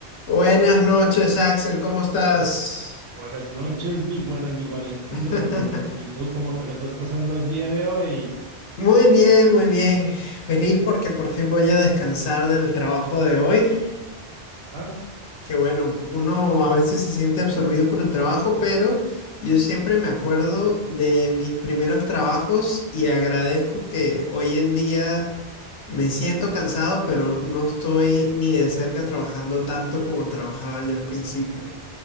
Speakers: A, on the left (about 80°); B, on the right (about 60°).
A: Buenas noches, Axel, ¿cómo estás?
B: Buenas noches, mi buen amigo Alejandro.
A: <laughs>
B: Yo muy bien. ¿Y tú cómo te lo estás pasando el día de hoy?
A: Muy bien, muy bien. Feliz porque por fin voy a descansar del trabajo de hoy.
B: Ajá.
A: Que bueno, uno a veces se siente absorbido por el trabajo, pero yo siempre me acuerdo de mis primeros trabajos y agradezco que hoy en día me siento cansado, pero no estoy ni de cerca trabajando tanto como trabajaba yo al principio.